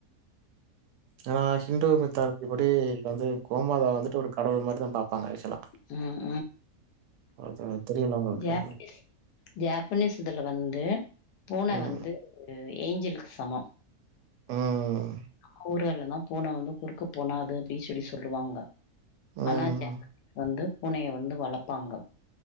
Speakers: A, on the right (about 85°); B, on the left (about 85°).
A: எனா ஹிந்டு மித்தால் இப்படி இல் வந்து கோமாதா வந்துட்டு ஒரு கடவுள் மாரிதா பாப்பாங்க ஆஷுவல்லா
B: ம் ம்
A: அது தெரியுல உங்களுக்கு
B: ஜாப்னிஸ் ஜாப்பனீஸ் இதுல வந்து பூன
A: ம்
B: வந்து எ ஏஞ்சல்க் சமோ
A: ம்
B: கூரு அல்லன்தா போனு வந்து குறுக்கு போனாது அப்டி சொல்லி சொல்லுவாங்க
A: ம்
B: அனா ஜ <inaudible> வந்து பூனைய வந்து வளப்பாங்க